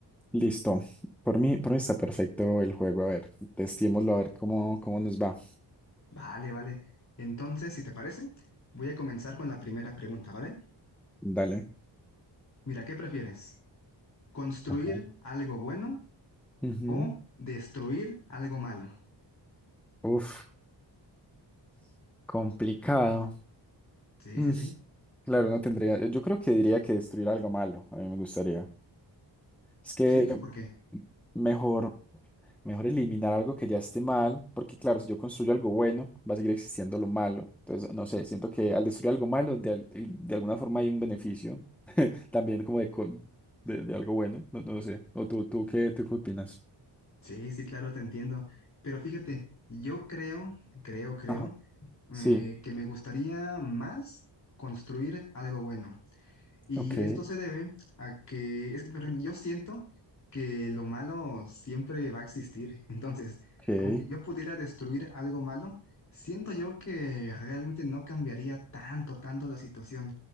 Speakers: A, in the centre; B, on the left (about 40°).
A: listo. Por mí, por mí está perfecto el juego. A ver, testémoslo a ver cómo, cómo nos va.
B: Vale, vale. Entonces, si te parece, voy a comenzar con la primera pregunta, ¿vale?
A: Dale.
B: Mira, ¿qué prefieres? ¿Construir
A: Ajá.
B: algo bueno
A: Ujú.
B: o destruir algo malo?
A: Uf, complicado.
B: Sí,
A: Mm,
B: sí, sí.
A: claro, no tendría. Yo creo que diría que destruir algo malo. A mí me gustaría. Es que
B: Sí, ¿por qué?
A: mejor, mejor eliminar algo que ya esté mal, porque claro, si yo construyo algo bueno, va a seguir existiendo lo malo. Entonces, no sé, siento que al destruir algo malo, de, al- de alguna forma hay un beneficio también como de, co- de, de algo bueno, no, no sé. ¿O tú, tú qué, tú qué opinas?
B: Sí, sí, claro, te entiendo. Pero fíjate, yo creo, creo, creo,
A: Ajá. Sí,
B: eh, que me gustaría más construir algo bueno. Y
A: ok,
B: esto se debe a que, es que por ejemplo, yo siento que lo malo siempre va a existir. <laughs> Entonces,
A: ok,
B: aunque yo pudiera destruir algo malo, siento yo que realmente no cambiaría tanto, tanto la situación.